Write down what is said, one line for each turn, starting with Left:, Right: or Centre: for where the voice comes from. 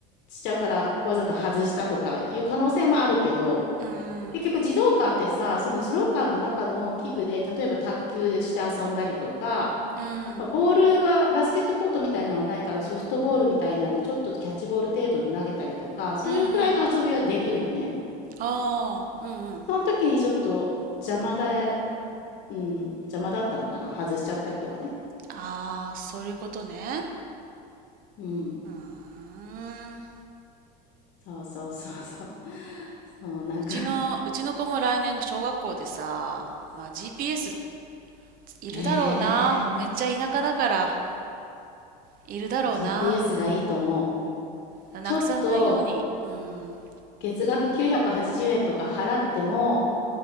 Left: しちゃうからわざと外したとかいう可能性もあるけど、
Right: うーん、
Left: 結局児童館ってさ、その児童館の中の器具で、例えば卓球して遊んだりとか、
Right: うん、
Left: まあボールはバスケットコートみたいなのはないからソフトボールみたいなんでちょっとキャッチボール程度で投げたりとかそういうくらいの遊びはできるのね
Right: うん、うん。ああ、うんうん。
Left: その時にちょっと邪魔だ、うん、邪魔だったのかな外しちゃったりとかね
Right: ああ、そういうことね。
Left: うん
Right: うーん。
Left: そうそうそうそう <laughs> そうなんか
Right: うちの、うちの子も来年小学校でさ、まあ GPS いるだろうな。
Left: へえ
Right: めっちゃ田舎だから、いるだろうな。
Left: GPS がいいと思う
Right: なくさないように。
Left: ちょっと
Right: うん。
Left: 月額980円とか払っても